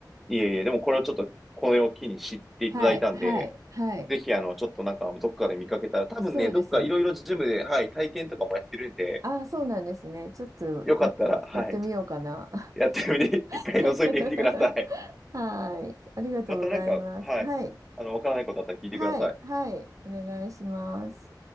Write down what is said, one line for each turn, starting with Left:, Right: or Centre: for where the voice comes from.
Centre: い。いえいえ、でもこれをちょっと、これを機に知っていただいたんで、
Right: はい、はい、はい。
Centre: ぜひ、あの、ちょっとなんか、どっかで見かけたら、多分ね、
Right: そうですね。
Centre: どっかいろいろジムで、はい、体験とかもやってるんで、
Right: ああ、そうなんですね。ちょっとや、
Centre: よかったら、はい、
Right: やってみようかな。
Centre: やってみて、<laughs> 一回覗いてみてください。
Right: <laughs> はい。ありがとうございます。
Centre: またなんか、はい、
Right: はい、
Centre: あの、わからないことあったら聞いてください。
Right: はい、はい。お願いします。